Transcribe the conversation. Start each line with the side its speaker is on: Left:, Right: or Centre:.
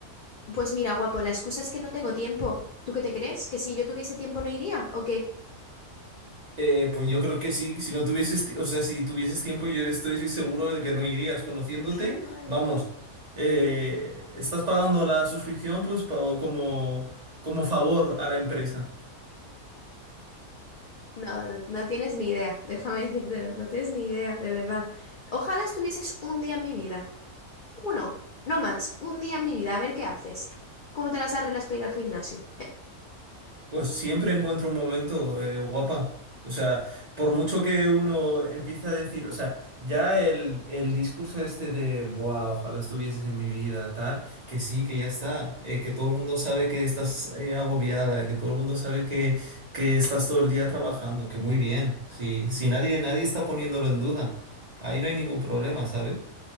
Left: Pues mira, guapo, la excusa es que no tengo tiempo. ¿Tú qué te crees? ¿Que si yo tuviese tiempo no iría? ¿O qué?
Right: Eh, pues yo creo que sí, si no tuvieses, ti- o sea, si tuvieses tiempo, yo estoy seguro de que no irías conociéndote.
Left: <laughs> Qué malo.
Right: Vamos, eh, estás pagando la suscripción, pues pa- como, como favor a la empresa.
Left: No, no, no tienes ni idea. Déjame decírtelo. No tienes ni idea, de verdad. Ojalá estuvieses un día en mi vida. Uno, no más, un día en mi vida, a ver qué haces. ¿Cómo te las arreglas para ir al gimnasio?
Right: Pues siempre encuentro un momento eh, guapa. O sea, por mucho que uno empieza a decir, o sea, ya el, el discurso este de, Buah, ojalá estuvieses en mi vida, tal, que sí, que ya está, eh, que todo el mundo sabe que estás eh, agobiada, que todo el mundo sabe que, que estás todo el día trabajando, que muy bien, si, si nadie, nadie está poniéndolo en duda, ahí no hay ningún problema, ¿sabes?